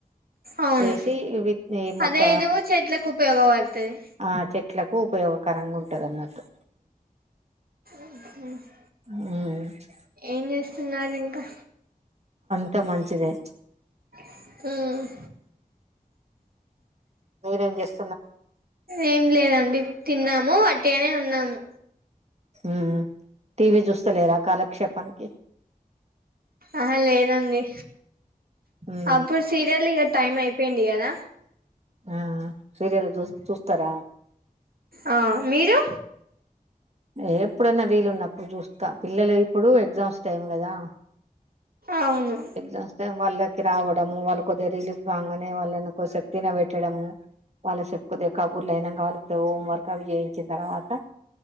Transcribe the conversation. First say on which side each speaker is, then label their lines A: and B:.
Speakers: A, on the right; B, on the right.
A: అవును
B: వేసి విత్ ఈ మొక్క
A: అదే ఏదో చెట్లకు ఉపయోగపడుతది
B: ఆ చెట్లకు ఉపయోగకరంగా ఉంటది అన్నట్టు
A: మ్ హ్
B: మ్
A: ఏం చేస్తున్నారు ఇంకా
B: అంత మంచిదే
A: మ్
B: మీరేం చేస్
A: ఏం లేదండి తిన్నాము వట్టిగానే ఉన్నాము
B: ఊమ్ మ్ టీవీ చూస్తలేరా కాలక్షేపానికి
A: ఆహా లేదండి
B: ఉమ్
A: అప్పుడు సీరియల్ ఇగ టైమ్ అయిపోయింది కదా
B: ఆ సీరియల్ చూ చూస్తారా
A: ఆ మీరు
B: ఎ ఎప్పుడన్నా వీలున్నప్పుడు చూస్తా పిల్లలు ఇప్పుడు ఎగ్జామ్స్ టైం కదా
A: అవును
B: ఎగ్జామ్స్ టేం వాళ్లకి రావ టం వాళ్లు కొద్దిగా రిలీఫ్ కాంగానే వాళ్లని కొసేపు తినపెట్టడము వాళ్ల చెప్పు కొద్ది కబుర్లు అయినంకా వాళ్ల తో హోం వర్క్ అవి చేయించిన తర్వాత